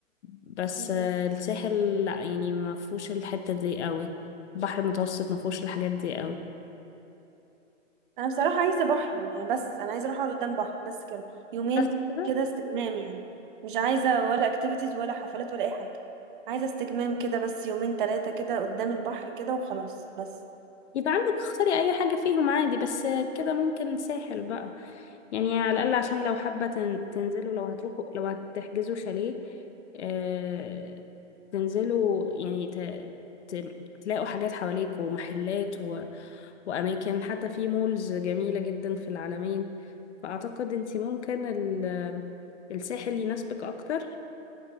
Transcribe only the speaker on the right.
مم.
انا بصراحه عايزه بحر يعني بس انا عايزه اروح اقعد قدام بحر بس كده يومين
كده استجمام يعني مش عايزه ولا اكتيفيتيز ولا حفلات ولا اي حاجه عايزه استجمام كده بس يومين ثلاثه كده قدام البحر كده وخلاص بس